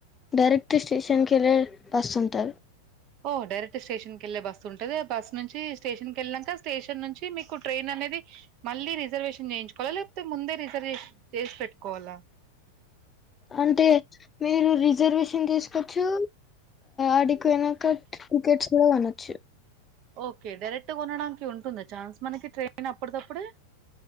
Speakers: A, on the left; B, on the right.
A: డైరెక్ట్ స్టేషన్ కేల బస్సు ఉంటాది
B: ఓ డైరెక్ట్ స్టేషన్ కి వెళ్లే బస్ ఉంటది ఆ బస్ నుంచి స్టేషన్కి వెళ్ళాక స్టేషన్ నుంచి మీకు ట్రైన్ అనేది మళ్ళీ రిజర్వేషన్ చేయించుకోవాలా లేకపోతే ముందే రిజర్వేషన్ చేసి పెట్టుకోవాలా
A: అంటే మీరు రిజర్వేషన్ తీసుకోవచ్చు ఆడికి పోయినాక టికెట్స్ కూడా కొనోచ్చు
B: ఓకే డైరెక్ట్ కొనడానికి ఉంటుంది ఛాన్స్ మనకి ట్రైన్ అప్పుడు సప్పుడే